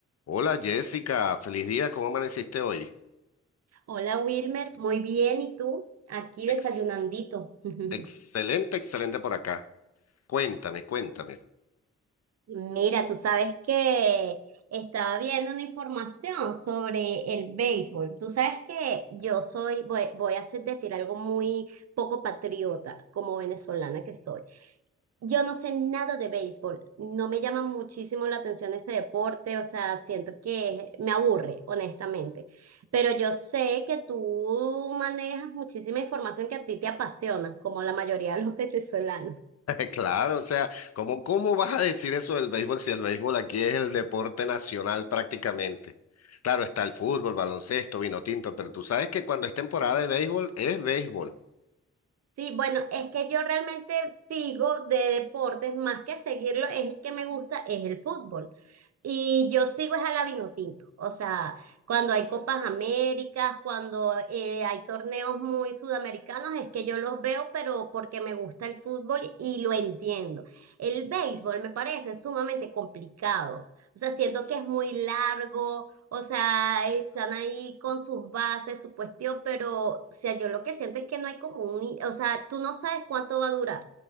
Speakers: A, on the left; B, on the right.
A: Hola Jessica, feliz día, ¿cómo amaneciste hoy?
B: Hola Wilmer, muy bien, ¿y tú? Aquí
A: Ex-
B: desayunandito. <laughs>
A: excelente, excelente por acá. Cuéntame, cuéntame.
B: Mira, tú sabes que estaba viendo una información sobre el béisbol. Tú sabes que yo soy, voy, voy a hacer- decir algo muy poco patriota, como venezolana que soy. Yo no sé nada de béisbol, no me llama muchísimo la atención ese deporte, o sea, siento que me aburre, honestamente. Pero yo sé que tú manejas muchísima información que a ti te apasiona, como la mayoría de los <laughs> venezolanos.
A: <laughs> Claro, o sea, ¿cómo, cómo vas a decir eso del béisbol si el béisbol aquí es el deporte nacional prácticamente? Claro, está el fútbol, baloncesto, vino tinto, pero tú sabes que cuando es temporada de béisbol es béisbol.
B: Sí, bueno, es que yo realmente sigo de deportes, más que seguirlo, es el que me gusta, es el fútbol. Y yo sigo es a la Vinotinto, o sea, cuando hay Copas Américas, cuando eh, hay torneos muy sudamericanos, es que yo los veo, pero porque me gusta el fútbol y lo entiendo. El béisbol me parece sumamente complicado, o sea, siento que es muy largo, o sea, están ahí con sus bases, su cuestión, pero, o sea, yo lo que siento es que no hay como un, i- o sea, tú no sabes cuánto va a durar,